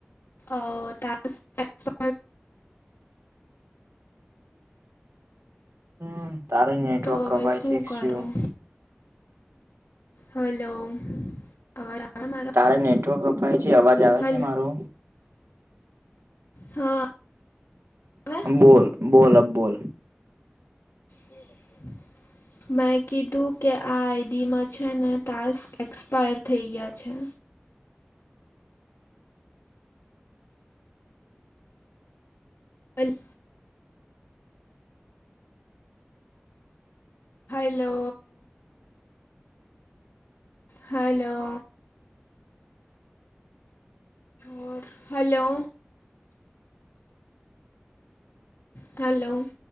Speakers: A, on the left; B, on the right.
A: અ ત <unintelligible>
B: હમ તારે નેટવર્ક
A: તો હવે
B: કપાય છે
A: કરું
B: શું?
A: હલો, અવાજ આવે મારો?
B: તારે નેટવર્ક અપાય છે અવાજ આવે
A: હલો
B: છે મારો?
A: હા. આવે
B: બોલ બોલ અબ બોલ.
A: બોલબો. <unintelligible> મેં કીધું કે આ આઈડીમાં છે ને ટાસ્ક એક્સપાયર થઈ ગયા છે. બલ. <unintelligible> હલો. હલો. ઓર હલો હલો.